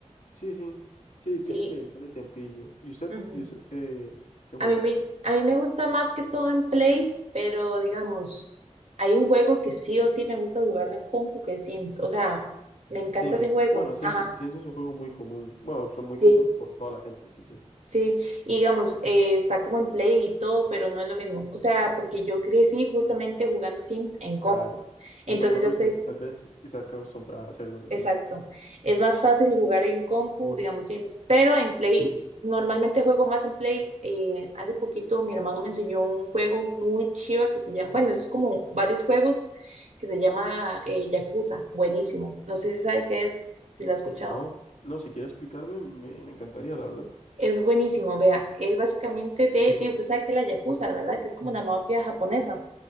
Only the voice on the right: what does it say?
Sí.
ujú.
A mí me, a mí me gusta más que todo en Play, pero digamos, hay un juego que sí o sí me gusta jugarlo en compu, que es Sims. O sea, me encanta
ese juego.
Ajá.
sí.
Sí, y digamos, eh, está como en Play y todo, pero no es lo mismo. O sea, porque yo crecí justamente jugando Sims en
compu. Entonces
yo estoy,
exacto. Es más fácil jugar en compu, digamos, Sims, pero en Play, normalmente juego más en Play. Eh, hace poquito mi hermano me enseñó un juego muy chiva que se llama, bueno, es como varios juegos que se llama eh, Yakuza. Buenísimo. No sé si sabe qué es, si lo ha escuchado.
Es buenísimo, vea, es básicamente de, de- usted sabe que la Yakuza, ¿verdad? Que es como una mafia japonesa.